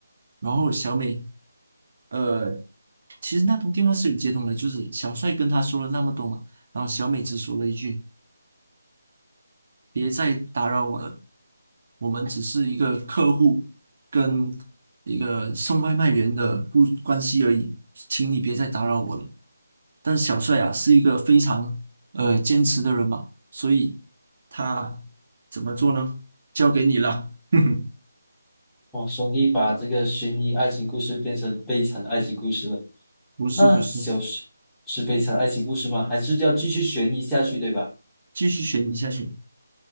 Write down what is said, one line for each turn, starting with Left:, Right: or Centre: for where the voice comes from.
Right: 然后小美，呃，其实那通电话是有接通的，就是小帅跟他说了那么多嘛，然后小美只说了一句。别再打扰我了，我们只是一个客户跟一个送外卖员的不关系而已，请你别再打扰我了。但小帅啊是一个非常呃坚持的人嘛，所以他怎么做呢？交给你了。<laughs>
Centre: 哇，兄弟把这个悬疑爱情故事变成悲惨爱情故事了。
Right: 不是不是，
Centre: 那小时是悲惨爱情故事吗？还是要继续悬疑下去，对吧？
Right: 继续选你下去。